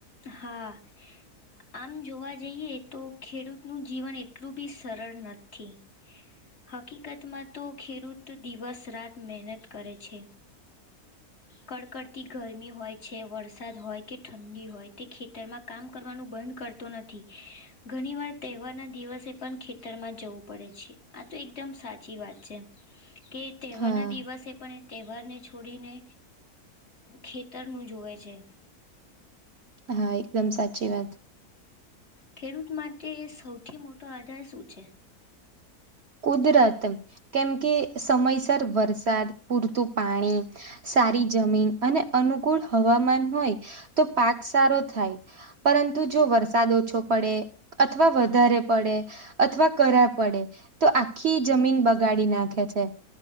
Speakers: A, on the left; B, on the right.
A: હા. આમ જોવા જઈએ તો ખેડૂતનું જીવન એટલું બી સરળ નથી. હકીકતમાં તો ખેડૂત દિવસ રાત મહેનત કરે છે. કડકડતી ગરમી હોય છે વરસાદ હોય કે ઠંડી હોય. તે ખેતરમાં કામ કરવાનું બંધ કરતો નથી ઘણી વાર તહેવારના દિવસે પણ ખેતરમાં જવું પડે છે આ તો એકદમ સાચી વાત છે કે તહેવારના
B: હા
A: દિવસે પણ એ તહેવારને છોડીને ખેતરનું જોવે છે.
B: હા એકદમ સાચી વાત.
A: ખેડૂત માટે એ સૌથી મોટો આધાર શું છે.
B: કુદરત કેમ કે સમયસર વરસાદ પૂરતું પાણી સારી જમીન અને અનુકૂળ હવામાન હોય તો પાક સારો થાય. પરંતુ જો વરસાદ ઓછો પડે અથવા વધારે પડે અથવા કરાર પડે. તો આખી જમીન બગાડી નાખે છે.